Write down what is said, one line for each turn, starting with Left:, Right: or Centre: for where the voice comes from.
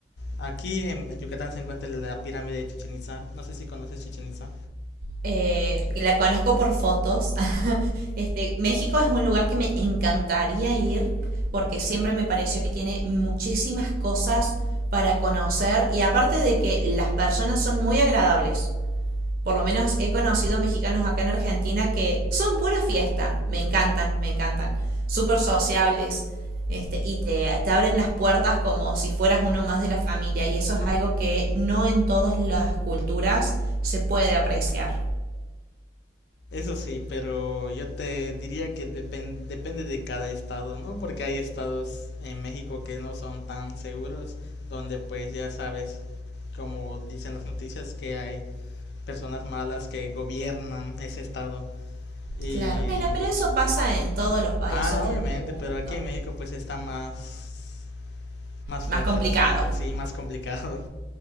Left: Aquí en en Yucatán se encuentra la pirámide de Chichen Itzá. no sé si conoces Chichen Itzá.
Right: eh, la conozco por fotos. <laughs> Este, México es un lugar que me encantaría ir porque siempre me pareció que tiene muchísimas cosas para conocer y aparte de que las personas son muy agradables. Por lo menos he conocido mexicanos acá en Argentina que son pura fiesta. Me encantan, me encantan. Súper sociables. Este, y te, te abren las puertas como si fueras uno más de la familia. Y eso es algo que no en todas las culturas se puede apreciar.
Left: Eso sí, pero yo te diría que depen- depende de cada estado, ¿no? Porque hay estados en México que no son tan seguros, donde pues ya sabes, como dicen las noticias, que hay personas malas que gobiernan ese estado. Y...
Right: Claro, bueno, pero eso pasa en todos los países
Left: Ah,
Right: del
Left: obviamente,
Right: mundo.
Left: pero aquí en México pues está más, más fuerte
Right: Más complicado.
Left: el asunto, sí, más complicado.